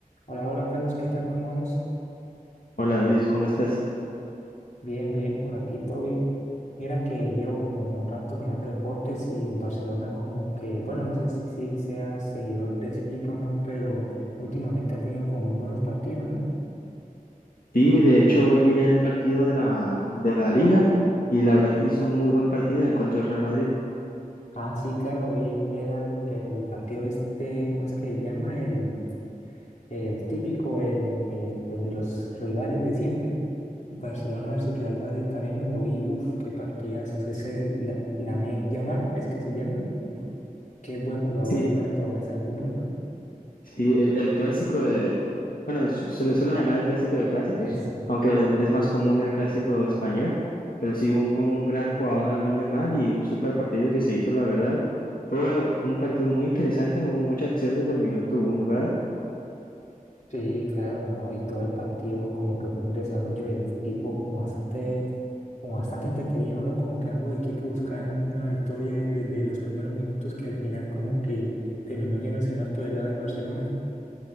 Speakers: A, on the left (about 55°); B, on the left (about 75°).
A: Hola, hola Carlos, ¿qué tal? ¿Cómo vamos?
B: Hola Luis, ¿cómo estás?
A: Bien, bien, por aquí todo bien. Mira que llevo como un rato mirando deportes y el Barcelona como que, bueno, no sé si, si sea seguidor de ese equipo o no, pero últimamente ha tenido como muy buenos partidos, ¿no?
B: Sí, de hecho hoy miré el partido de la, de la liga y la verdad hizo un muy buen partido en contra del Real Madrid.
A: Ah, sí, claro, y era el, el partido este, ¿cómo es que se llama? El, el típico, el, el, el de los rivales de siempre. Barcelona versus Real Madrid, también me lo vi, uf, qué partidazos, es el la, Lamine Yamal, es que se llama. Qué buen jugador
B: Sí,
A: y buena promesa al fútbol, ¿no?
B: sí, el, el clásico de, bueno, es- se le suele llamar el clásico de clásicos,
A: Eso.
B: aunque es más común el clásico español, pero sí un, un gran jugador Lamine Yamal y un super partido que se hizo, la verdad. Fue un partido muy interesante, mu- mucha acción desde el minuto uno, ¿verdad?
A: Sí, claro, ¿no? Y todo el partido como que fue un desarrollo del equipo como bastante, como bastante entretenido, ¿no? Como que ambos equipos buscaban una victoria desde los primeros minutos que al final como que terminó yéndose más por el lado del Barcelona.